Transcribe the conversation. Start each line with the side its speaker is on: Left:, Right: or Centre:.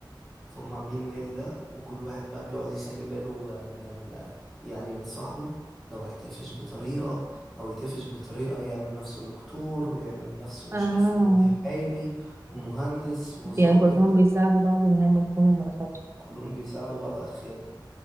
Centre: فهم عاملين النادي ده وكل واحد بقى بيقعد يخلي باله من ال... يعني من صاحبه لو هيتقفش بطريقة او يتقفش بطريقة يعمل نفسه دكتور ويعمل نفسه
Right: اه
Centre: مش عارف محامي ومهندس وظابط
Right: يعني كلهم بيساعدوا بعض ان هم يكونوا مرافقات
Centre: كلهم بيساعدوا بعض على الخيانة